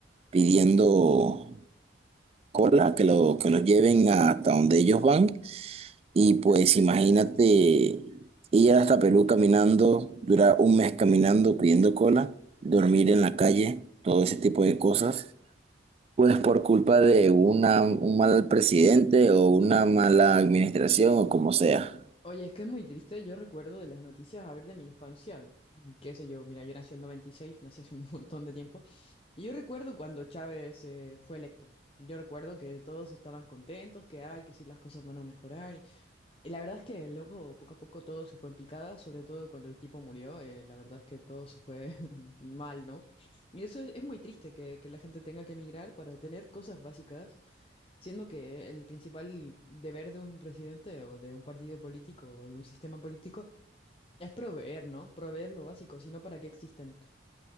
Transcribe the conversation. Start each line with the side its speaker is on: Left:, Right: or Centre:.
Right: pidiendo cola, que lo, que los lleven hasta donde ellos van. Y pues imagínate ir hasta Perú caminando, durar un mes caminando pidiendo cola, dormir en la calle, todo ese tipo de cosas. Pues por culpa de una, un mal presidente o una mala administración o como sea.
Left: Oye, es que es muy triste. Yo recuerdo de las noticias, a ver, de mi infancia, qué sé yo, mira, yo nací en el 96, nací hace un montón de tiempo. Y yo recuerdo cuando Chávez eh, fue electo. Yo recuerdo que todos estaban contentos, que ay, que sí, las cosas van a mejorar. Y, y la verdad es que luego, poco a poco, todo se fue en picada, sobre todo cuando el tipo murió. eh, la verdad es que todo se fue <laughs> mal, ¿no? Y eso es, es muy triste, que, que la gente tenga que emigrar para tener cosas básicas. Siendo que el principal deber de un presidente o de un partido político o de un sistema político es proveer, ¿no? Proveer lo básico, si no, ¿para qué existen?